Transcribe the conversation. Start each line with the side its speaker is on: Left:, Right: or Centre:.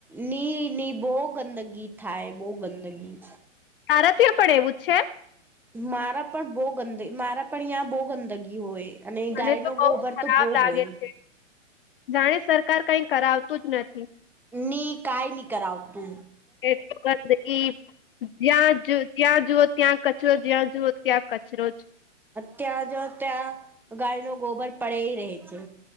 Centre: ની ની બહુ ગંદગી થાય બહુ ગંદગી
Left: તાર ત્યા પણ એવું જ છે.
Centre: મારા પણ બહ ગંદ મારા પણ યાં બહુ ગંદગી હોય. અને
Left: છે
Centre: ગાય
Left: મને તો
Centre: નો
Left: બહુ
Centre: ગોબર
Left: ખરાબ
Centre: તો બહુ
Left: લાગે
Centre: હોય.
Left: છે જાણે સરકાર કઈ કરાવતું જ નથી.
Centre: નની કઈ નહી કરાવ તુ
Left: એ એ જ્યાં જ જ્યાં જુઓ ત્યાં કચરો જ્યાં જુઓ ત્યાં કચરો જ
Centre: ત્યાં જ ત્યાં ગાય ન ગોબર પડે રહે છે.